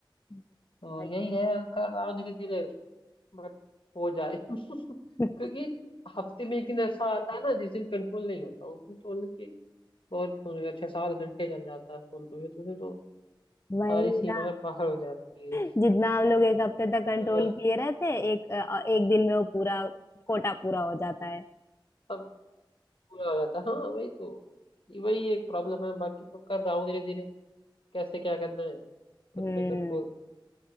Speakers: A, on the left; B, on the left.
A: <laughs>
B: तो
A: बढ़िया
B: यही है कर रहा हूँ धीरे धीरे बट हो जाए <laughs> क्योंकि
A: है।
B: हफ्ते में एक दिन ऐसा आता है ना जिस दिन कंट्रोल नहीं होता उस दिन तो बहुत फोन हो गया छह सात घंटे चल जाता है फोन तो भी तो, फिर तो
A: वही
B: सारी सीमाएं
A: ना
B: पार हो जाती है
A: <laughs> जितना हम लोग एक हफ्ते तक कंट्रोल
B: हाँ,
A: किए रहते हैं, एक अ, एक दिन में वो पूरा कोटा पूरा हो जाता है
B: सब पूरा हो जाता है हाँ वही तो ये- वही एक प्रॉब्लम है बाकी तो कर रहा हूँ धीरे धीरे कैसे क्या करना है खुद
A: हम्म
B: पे कंट्रोल